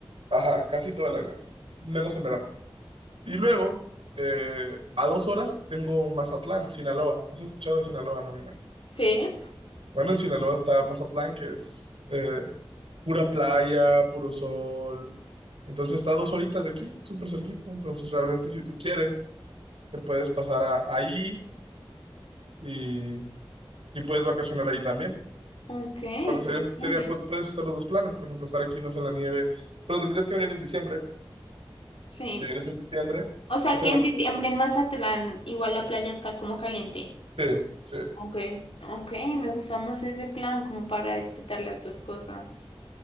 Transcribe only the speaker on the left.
Sí,
ok,
qué
chévere.
Sí.
O sea
que
en diciembre en Mazatlán igual la playa está como caliente.
Ok. Ok, me gusta más ese plan como para disfrutar las dos cosas.